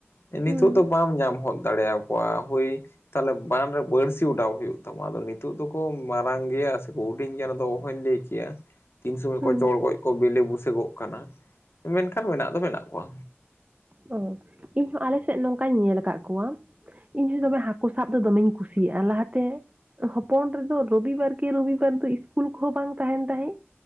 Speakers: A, on the left; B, on the right.
A: ᱱᱤᱛᱚᱜ
B: ᱦᱩᱸ
A: ᱫᱚ ᱵᱟᱢ ᱧᱟᱢ ᱦᱚᱫ ᱫᱟᱲᱮᱭᱟᱠᱚᱣᱟ ᱦᱳᱭ ᱛᱟᱦᱚᱞᱮ ᱵᱟᱱ ᱨᱮ ᱵᱟᱹᱲᱥᱤ ᱚᱰᱟᱣ ᱦᱩᱭᱩᱜ ᱛᱟᱢᱟ ᱟᱫᱚ ᱱᱤᱛᱚᱜ ᱫᱚᱠᱚ ᱢᱟᱨᱟᱝ ᱜᱮᱭᱟ ᱥᱮᱠᱚ ᱦᱩᱰᱤᱧ ᱜᱮᱭᱟ ᱚᱱᱟᱫᱚ ᱚᱦᱚᱧ ᱞᱟᱹᱭ ᱠᱮᱭᱟ ᱛᱤᱱ ᱥᱚᱢᱚᱭ
B: ᱦᱩᱸ
A: ᱠᱚ ᱪᱚᱲᱜᱚᱡ ᱠᱚ ᱵᱮᱞᱮ ᱵᱩᱥᱟᱹᱜᱚᱜ ᱠᱟᱱᱟ ᱢᱮᱱᱠᱷᱟᱱ ᱢᱮᱱᱟᱜ ᱫᱚ ᱢᱮᱱᱟᱜ ᱠᱚᱣᱟ
B: ᱚ ᱤᱧᱦᱚᱸ ᱟᱞᱮ ᱥᱮᱫ ᱱᱚᱝᱠᱟᱧ ᱧᱮᱞ ᱟᱠᱟᱫ ᱠᱚᱣᱟ ᱤᱧᱦᱚᱸ ᱫᱚᱢᱮ ᱦᱟᱠᱩ ᱥᱟᱵ ᱫᱚ ᱫᱚᱢᱮᱧ ᱠᱩᱥᱤᱭᱟᱜᱼᱟ ᱞᱟᱦᱟᱛᱮ ᱦᱚᱯᱚᱱ ᱨᱮᱫᱚ ᱨᱚᱵᱤᱵᱟᱨ ᱠᱮ ᱨᱚᱵᱤᱵᱟᱨ ᱫᱚ ᱤᱥᱠᱩᱞ ᱠᱚᱦᱚᱸ ᱵᱟᱝ ᱛᱟᱦᱮᱱ ᱛᱟᱦᱮᱸᱫ